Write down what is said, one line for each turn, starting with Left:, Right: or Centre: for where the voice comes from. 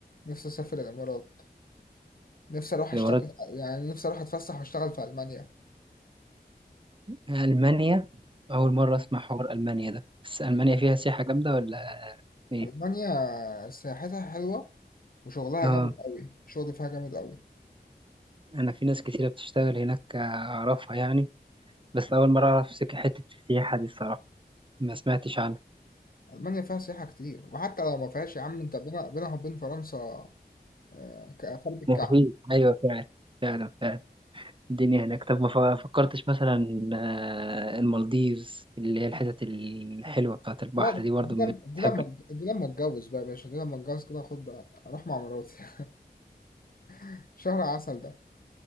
Left: نفسي أسافر الإمارات نفسي أروح أشتغل
Right: الامارات
Left: يعني نفسي أروح أتفسح وأشتغل في ألمانيا
Right: المانيا اول
Left: آه،
Right: مره اسمع حوار المانيا ده بس المانيا فيها سياحه جامده ولا ايه
Left: ألمانيا سياحتها حلوة وشغلها
Right: اه
Left: جامد قوي شغل فيها جامد قوي
Right: انا في ناس كتيره بتشتغل هناك اعرفها يعني بس اول مره اعرف سك- حته السياحه دي الصراحه ما سمعتش عنها
Left: ألمانيا فيها سياحة كتير وحتى لو ما فيهاش يا عم أنت بينها بينها وبين فرنسا آه، كفرد الكعب
Right: مفيد ايوه فعلا فعلا فعلا الدنيا هناك طب ما ف- فكرتش مثلا آه، المالديفز اللي هي الحتت الحلوة بتاعت البحر
Left: لا
Right: دي برضو
Left: دي
Right: من-
Left: لما دي
Right: بتحب
Left: لما دي لما اتجوز بقى يا باشا دي لما اتجوز كده خد أروح مع مراتي <laughs> شهر عسل ده